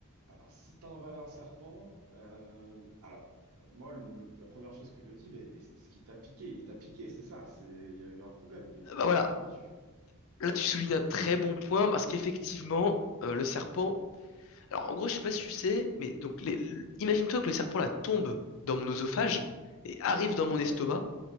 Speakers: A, on the right; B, on the left.
A: Alors, si t'as un un serpent, euh, alors, euh, moi, le- le- la première chose que je me dis, mais est- est-ce qu'il t'a piqué? Il t'a piqué, c'est ça. C'est, il y a eu un problème. Il y a eu
B: Euh,
A: un,
B: Bah voilà.
A: il t'a mordu.
B: Là, tu soulignes un très bon point parce qu'effectivement, euh, le serpent, Alors, en gros, je sais pas si tu sais, mais donc, les- l- imagine-toi que le serpent là tombe dans mon oesophage et arrive dans mon estomac.
A: Ouais,